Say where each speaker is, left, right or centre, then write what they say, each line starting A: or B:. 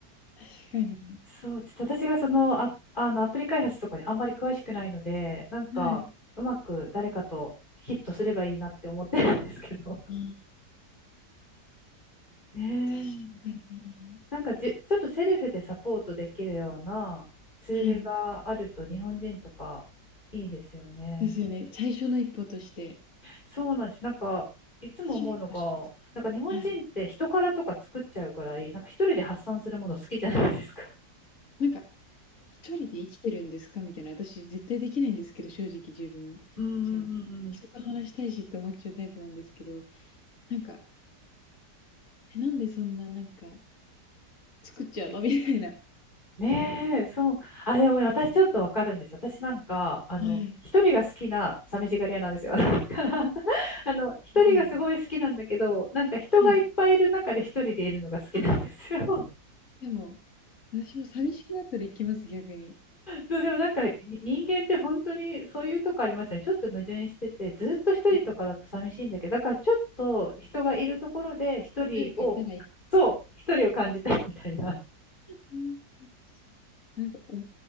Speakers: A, on the left; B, on the left.
A: 確かに。
B: そう、ちょっと私がその、あ、あのアプリ開発とかにあんまり詳しくないので、なんかうまく誰かとヒットすればいいなって思ってるんですけど。
A: はい。ああ、
B: <laughs> ねえ
A: 確かに。
B: なんかじ、ちょっとセルフでサポートできるようなツールがあると日本人とかいいですよね。
A: はい。ですよね。最初の一歩として。
B: そうなんです。なんか、いつも思うのが、
A: 最初の一歩欲しいですね。
B: なんか日本人って人からとか作っちゃうからいい。
A: はい。
B: なんか一人で発散するもの好きじゃないですか。
A: なんか、一人で生きてるんですかみたいな、私絶対できないんですけど、正直自分じゃ。
B: <laughs> うんうんうんうん。
A: 人と話したいしって思っちゃうタイプなんですけど、なんかえ、なんでそんななんか作っちゃうの？みたいな。
B: ねえ、そう。あ、でもね私ちょっとわかるんですよ。私なんか、あの、
A: はい。
B: 一人が好きな寂しがり屋なんですよ。<laughs> だから、<laughs> あの、一人がすごい好きなんだけど、
A: まあ、
B: なんか人がいっぱいいる中で一人でいるのが好きなんですよ。
A: はい。あ、でも、私も寂しくなったら行きます、逆に。
B: そう、でもなんかに人間って本当にそういうとこありますよね。ちょっと矛盾してて、ずっと一人とかだと寂しいんだけど、
A: うん。うん、
B: だからちょっと人がいるところで一人を、
A: 誰かいたらいい
B: そう、一人を感じたいみたいな。
A: ほんとにそう。なんか、お